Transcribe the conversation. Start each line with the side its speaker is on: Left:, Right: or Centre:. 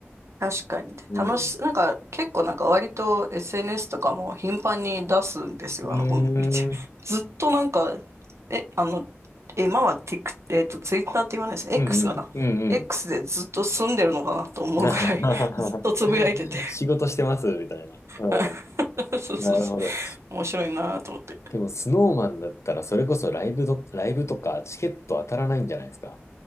Right: 確かに。で楽し、
Left: うん。
Right: なんか、結構なんか割と SNS とかも頻繁に出すんですよ。
Left: うー
Right: あの、この、一ずっとなんか、
Left: ん。
Right: え、あの、え今は t ックえっと、ツ w i t t e r って言わないですね。
Left: うんうん。
Right: X かな。
Left: うんうん。
Right: X でずっと住んでるのかなと思うくらい、
Left: <laughs>
Right: ずっとつぶやいてて。
Left: 仕事してますみたいな。うん。
Right: <laughs> そうそうそ
Left: なるほど。
Right: う。面白いなと思って。
Left: でも、スノーマンだったら、それこそライブど、ライブとかチケット当たらないんじゃないですか。